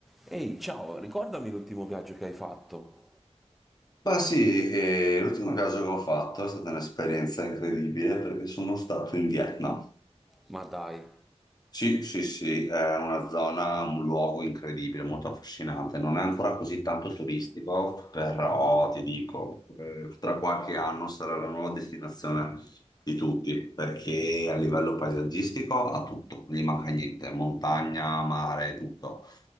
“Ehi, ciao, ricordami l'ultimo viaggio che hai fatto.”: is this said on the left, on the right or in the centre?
Centre